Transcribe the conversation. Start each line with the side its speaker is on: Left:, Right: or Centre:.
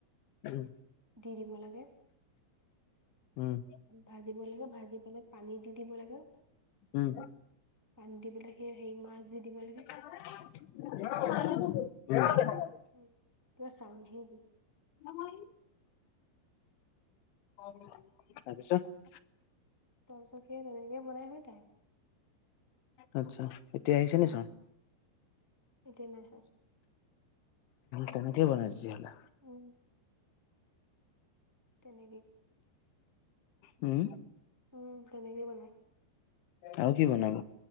Left: উম
Centre: দি দিব লাগে
Left: উম
Centre: ভাজিব লাগে ভাজি পেলাই পানী দি দিব লাগে।
Left: উম
Centre: পানী দি পেলাই সেই হেৰি মাছ দি দিব লাগে।
Left: <unintelligible>
Centre: উ কিবা চাউণ্ড আহি গ'ল
Left: নহয় আও কোনোবা তাৰ পিছত
Centre: তাৰ পিছত সেই তেনেকে বনাই হয় তাই
Left: আচ্ছা এতিয়া আহিছে
Centre: মাছ
Left: নি
Centre: এতিয়া নাই হয়
Left: তেনেকেই বনাইছি হ'লে
Centre: উম তেনেকে
Left: উম
Centre: উম তেনেকে বনায়।
Left: আৰু কি বনাব